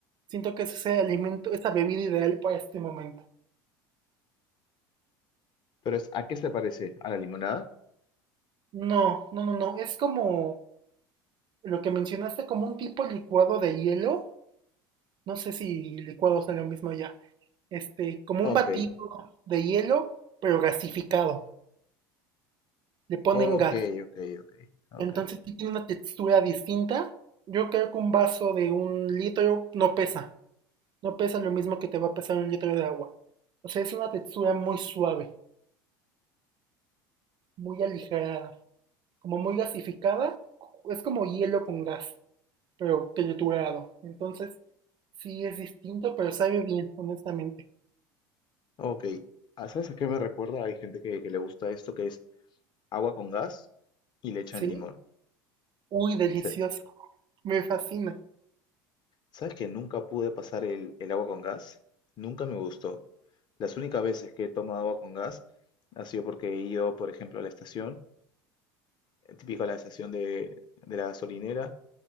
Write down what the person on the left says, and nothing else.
Pero es, ¿a qué se parece? ¿A la limonada?
Ok,
ok,
ok, ok,
ok,
ok. Ah, ¿sabes a qué me recuerda? Hay gente que, que le gusta esto, que es agua con gas y le echan
limón.
Se-
¿Sabes que nunca pude pasar el, el agua con gas? Nunca me gustó. Las únicas veces que he tomado agua con gas ha sido porque he ido, por ejemplo, a la estación, eh, típico a la estación de, de la gasolinera,